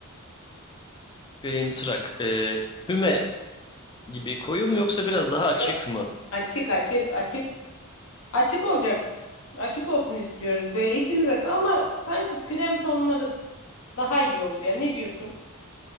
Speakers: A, on the left; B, on the left.
A: Benim tırak. E, füme gibi koyu mu yoksa biraz daha açık
B: Ya,
A: mı?
B: Açık açık açık. Açık olacak. Açık olsun istiyoruz. Böyle içimiz açsın ama sanki krem tonları daha iyi olur ya. Ne diyorsun?